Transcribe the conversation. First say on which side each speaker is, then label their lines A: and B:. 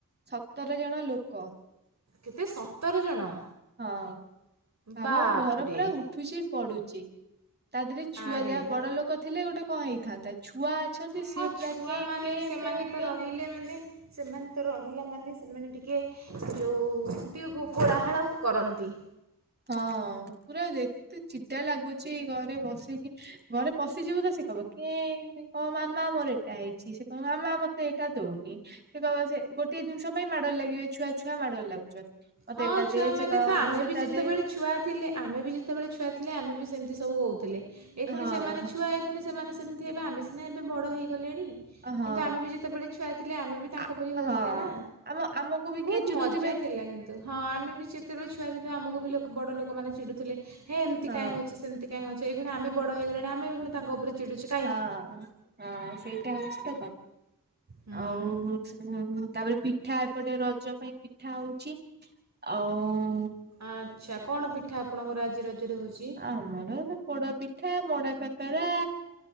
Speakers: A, on the right (about 30°); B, on the right (about 55°).
A: ସତର ଜଣ ଲୋକ।
B: କେତେ ସତର ଜଣ?
A: ହଁ ଭାବ
B: ବାପରେ
A: ଆମ ଘର ପୁରା ଉଠ ଉଠୁଚି ପଡୁଚି ତା ଦି ରେ ଛୁଆ
B: ଆରେ
A: ଯାହା ବଡ
B: ବା
A: ଲୋକ ଥିଲେ ଗୋଟେ କଣ ହେଇଥାନ୍ତା। ଛୁଆ ଅଛନ୍ତି ସିଏ
B: ହଁ
A: ପୁରା
B: ଛୁଆମାନେ
A: କେଁ କେଁ
B: ସେମାନେ
A: ପେଁ
B: ତ
A: ପେଁ
B: ରହିଲେ ମାନେ ସେମାନେ ତ ରହିଲା ମାନେ ସେମାନେ ଟିକେ ଯେଉ ଟିକେ କୋଳା ହାଳ କରନ୍ତି।
A: ହଁ ପୁରା ଏତେ ଚିଡା ଲାଗୁଚି ଘରେ ବସିକି ଘରେ ପଶିଯିବୁ ତ ସେ କହିବ କେଁ କଣ ମାମା ମୋର ଏଟା ହେଇଚି ସେ କହିବ ମାମା ମତେ ଏଟା ଦଉନି। ସେ କହିବ ସେ ଗୋଟିଏ ଜିନିଷ ପାଇଁ ମାଡ ଲାଗିବେ ଛୁଆ ଛୁଆ ମାଡ଼ ଲାଗୁଚନ୍ତି। ମତେ
B: ହଁ
A: ଏଟା
B: ଛୁଆମାନେ
A: ଦେ ସେ କହିବ
B: ତ
A: ମତେ
B: ଆମେ
A: ସେଟା
B: ବି ଯେତେବେଳେ
A: ଦେ
B: ଛୁଆ ଥିଲେ ଆମେ ବି ଯେତେବେଳେ ଛୁଆ ଥିଲେ ଆମେ ବି ସେମିତି ସବୁ ହଉଥିଲେ ଏଇଖୁଣି
A: ହଁ
B: ସେମାନେ ଛୁଆ ହେ ପୁଣୀ ସେମାନେ ସେମିତି ହେବେ ଆମେ ସିନା ଏବେ ବଡ ହେଇଗଲେଣି
A: ହଁ
B: କିନ୍ତୁ ଆମେ ବି ଯେତେବେଳେ ଛୁଆ ଥିଲେ ଆମେ ବି ତାଙ୍କ
A: ଆ
B: ପରି ହେଉଥିଲେ
A: ହଁ
B: ନା।
A: ଆମ -ଆମକୁ ବି
B: ବହୁତ
A: କିଏ ଚିଡୁଥିବେ
B: ମଜା ଥିଲା କିନ୍ତୁ ହଁ ଆମେ ବି ଯେତେବେଳେ ଛୁଆ ଥିଲୁ ଆମକୁ ବି ଲୋକ ବଡ ଲୋକମାନେ ଚିଡୁଥିଲେ ହେ ଏମିତି
A: ହଁ
B: କାଇଁ ହଉଚୁ ସେମତି କେଁ ହଉଚେ ଏଇଖୁଣି ଆମେ ବଡ ହେଇଗଲେଣି ଆମେ ଏଇଖୁଣି ତାଙ୍କ ଉପରେ ଚିଡୁଚେ
A: ହଁ -ହଁ ସେଇଟା ହଉଚି ତ କ -ଆଉ
B: ହୁଁ
A: ସେ ଉଁ -ତାପରେ ପିଠା ଏପଟେ ରଜ ପାଇଁ ପିଠା ହଉଚି। ଆଉ
B: ଆଚ୍ଛା କଣ ପିଠା ଆପଣଙ୍କର ଆଜି ରଜରେ ହଉଚି?
A: ଆମର ପୋଡ ପିଠା, ମୋଡା କାକରା